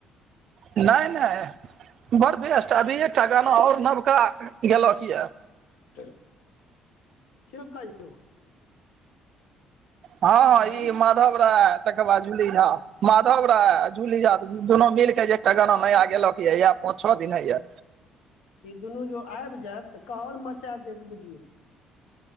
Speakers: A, on the right; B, on the left.
A: नहि नहि बड़ बेसट अभी एकटा गाना और नवका गेलक ये
B: तऽ से काजौ
A: हँ हँ
B: आँय
A: ई माधव राय आ तकर बाद जुली झा माधव राय आ जूली झा दुनू मिलके जे एकटा गाना नया गेलक यए इएह पाँच छओ दिन होइए
B: ई दुनू जो आबि जायत तऽ कहर मचा देत बुझियो